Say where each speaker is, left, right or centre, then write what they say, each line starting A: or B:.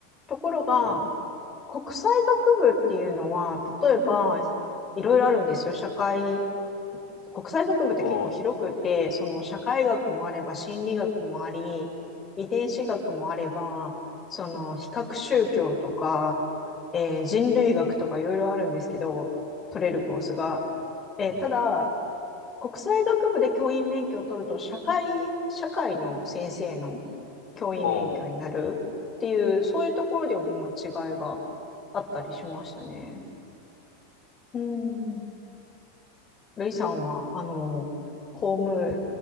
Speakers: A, on the left; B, on the left.
A: ところが、
B: お、
A: 国際学部っていうのは、例えばいろいろあるんですよ。社会国際学部って結構広くて、
B: ああ、
A: その社会学もあれば心理学もあり、遺伝子学もあれば、その比較宗教とか、えー人類学とかいろいろあるんですけど、取れるコースが。えーただ、
B: うん。
A: 国際学部で教員免許を取ると、社会、社会の先生の教員免許になるっていう、
B: ああ、うん。
A: そういうところでももう違いがあったりしましたね。うん。ルイさんは、あの、法務、